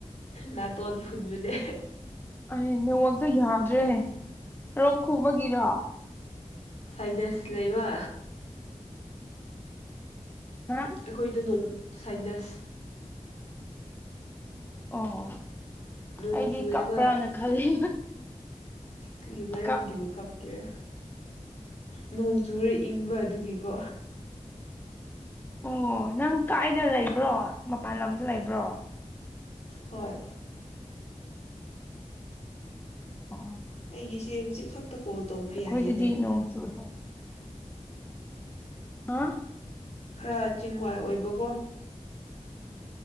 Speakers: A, on the left; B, on the left.
A: ꯅꯥꯇꯣꯟ ꯐꯨꯟꯕꯅꯦ
B: ꯑꯩ ꯅꯦꯋꯥꯛꯇꯣ ꯌꯥꯗ꯭ꯔꯦꯍ ꯔꯣꯛ ꯈꯨꯕꯒꯤꯔꯣ
A: ꯁꯥꯏꯅꯥꯁ ꯂꯩꯕ
B: ꯍꯥ
A: ꯑꯩꯈꯣꯏꯗ ꯅꯣꯡ ꯁꯥꯏꯅꯁ
B: ꯑꯣ
A: ꯅꯣꯡ
B: ꯑꯩꯗꯤ
A: ꯆꯨꯑꯦꯕ
B: ꯀꯞꯄ꯭ꯔꯥꯅ ꯈꯜꯂꯤ
A: ꯀꯔꯤ ꯃꯔꯝꯒꯤꯕꯨ
B: ꯀꯞ
A: ꯀꯞꯀꯦꯔ꯫ ꯅꯣꯡ ꯆꯨꯔ ꯏꯪꯕ ꯑꯗꯨꯒꯤꯀꯣ꯫
B: ꯑꯣ ꯅꯪ ꯀꯥꯏꯗ ꯂꯩꯕ꯭ꯔꯣ ꯃꯄꯥꯟ ꯂꯝꯗ ꯂꯩꯕ꯭ꯔꯣ꯫
A: ꯍꯣꯏ꯫
B: ꯑꯣ꯫
A: ꯑꯩꯒꯤꯁꯨ ꯍꯧꯖꯤꯛ ꯈꯛꯇ ꯀꯣꯜ ꯇꯧꯕ
B: ꯑꯩꯈꯣꯏꯗꯗꯤ
A: ꯌꯥꯏꯌꯦꯅꯦ꯫
B: ꯅꯣꯡ ꯆꯨꯔꯕ꯫ ꯍꯥꯥ
A: ꯈꯔ ꯆꯤꯡꯋꯥꯏ ꯑꯣꯏꯕꯀꯣ